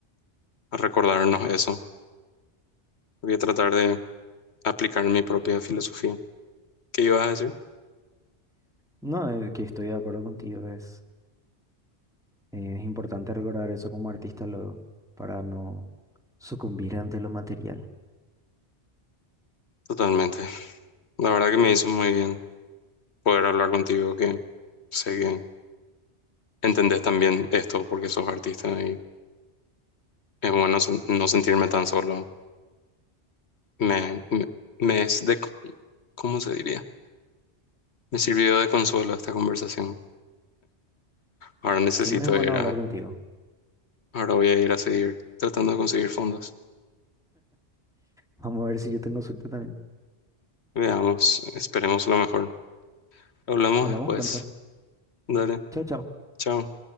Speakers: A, on the left; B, in the centre.
A: recordarnos eso. Voy a tratar de aplicar mi propia filosofía. ¿Qué ibas a decir?
B: No, eh, que estoy de acuerdo contigo, es, eh, es importante recordar eso como artista luego, para no sucumbir ante lo material.
A: Totalmente. La verdad que me hizo muy bien poder hablar contigo, que sé que entendés también esto porque sos artista y es bueno sen- no sentirme tan solo. Me, me, me es de, ¿cómo se diría? Me sirvió de consuelo esta conversación. Ahora necesito
B: Siempre es bueno
A: ir
B: hablar
A: a,
B: contigo.
A: ahora voy a ir a seguir tratando de conseguir fondos.
B: Vamos a ver si yo tengo suerte también.
A: Veamos, esperemos lo mejor. Hablamos
B: Hablamos
A: después.
B: pronto.
A: Dale,
B: Chao, chao.
A: chao.